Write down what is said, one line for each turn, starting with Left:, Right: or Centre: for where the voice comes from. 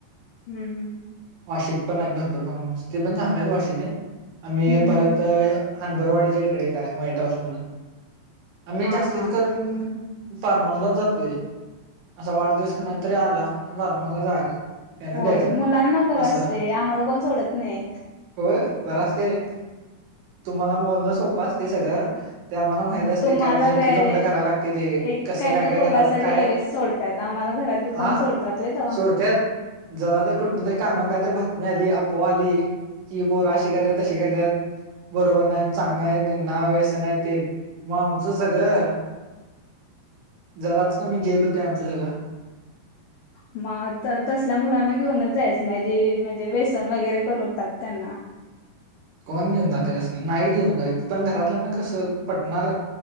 Left: हम्म हम्.
Right: वाशीत पण हाईत भरपूर फार्म होऊस ते पण चांगले हाईत वाशीत ले आम्ही
Left: हम्म
Right: परत
Left: हम्म
Right: ह्या हनबारवाडीच्या इकडं एक हाय व्हाईट हाऊस म्हणून. आम्ही
Left: हा
Right: जास्तीच
Left: हा
Right: करून फार्म हाऊस लाच जातोय. असा वाढदिवस कोणाचा तरी आला कि फार्म हाऊसला जायचं. त्यांना
Left: होय
Right: द्यायचं
Left: मुलां ना बरं
Right: असं.
Left: असतंय आम्हाला कोण सोडत नाई.
Right: होय बरं असतंय. तुम्हाला बोलणं सोपं असतंय सगळं ते आम्हाला माहित असतंय
Left: तुम्हाला
Right: काय झट
Left: काय
Right: झुमडं करायला लागतंय ते.
Left: एक
Right: कसं
Left: काय तर बोललासा
Right: घरात काय
Left: की लगेच सोडत्यात आम्हाला घरातले कोण
Right: हां
Left: सोडत्यात होय तेव्हा.
Right: सोडत्यात. जरा जर कुठ कुठनं जर काना काय तर बातमी आली आपव्हा आली की पोरं अशी करत्यात तशी करत्यात. बरोबर नाई चांगली नाईत त्यांना वेसन हाय तेन मग आमचं सगळं. जराच कमी जेल होतय आमचं सगळं.
Left: मं आता तसल्या मुलांना घेऊनच जायचं नाई म्हणजे व्हेसन वगैरे करून करतात त्यांना.
Right: कोण घेऊन जातय तस नाही घेऊन जाईत पण घरातल्याना कसं पटणार?